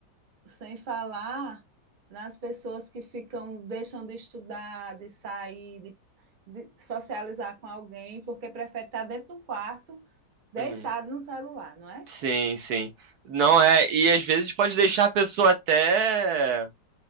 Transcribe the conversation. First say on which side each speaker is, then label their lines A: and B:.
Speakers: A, on the right; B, on the right.
A: Sem falar nas pessoas que ficam, deixam de estudar, de sair, de, de socializar com alguém, porque prefere estar dentro de um quarto, deitado
B: Uhum,
A: no celular, não é?
B: sim, sim. Não é, e às vezes pode deixar a pessoa até.